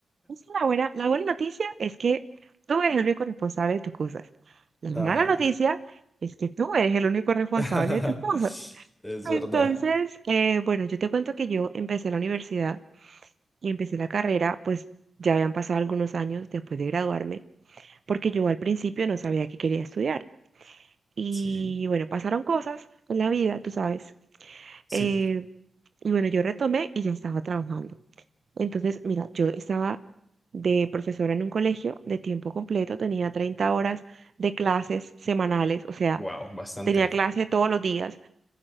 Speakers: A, on the right (about 60°); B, on the left (about 20°).
A: Esa es la buena, la buena noticia es que tú eres el único responsable de tus cosas. La mala
B: Ajá.
A: noticia es que tú eres el único responsable
B: <laughs>
A: de tus cosas.
B: Es verdad.
A: Entonces, eh, bueno, yo te cuento que yo empecé la universidad y empecé la carrera, pues ya habían pasado algunos años después de graduarme, porque yo al principio no sabía qué quería estudiar. Y
B: Sí,
A: bueno, pasaron cosas en la vida, tú sabes.
B: sí.
A: eh, y bueno, yo retomé y ya estaba trabajando. Entonces, mira, yo estaba de profesora en un colegio de tiempo completo, tenía 30 horas de clases semanales, o sea,
B: Wow, bastante.
A: tenía clase todos los días,